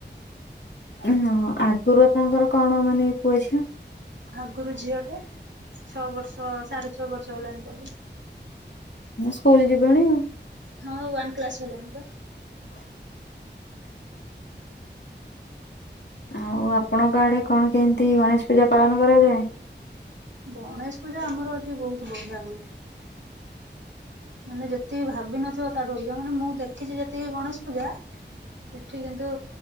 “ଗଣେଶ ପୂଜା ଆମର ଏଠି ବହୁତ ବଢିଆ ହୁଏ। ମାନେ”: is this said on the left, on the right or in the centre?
Right